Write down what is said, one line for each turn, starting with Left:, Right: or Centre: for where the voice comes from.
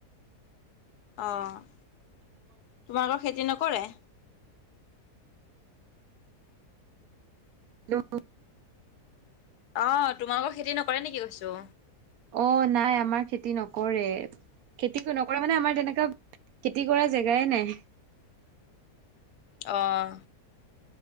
Left: অঁ, তোমালোকৰ খেতি নকৰে?
Right: হেল্ল'
Left: অ তোমালোকৰ খেতি নকৰে নেকি কৈছো?
Right: অ নাই আমাৰ খেতি নকৰে। খেতি নকৰা মানে আমাৰ তেনেকুৱা খেতি কৰা জেগাই নাই।
Left: অঁ।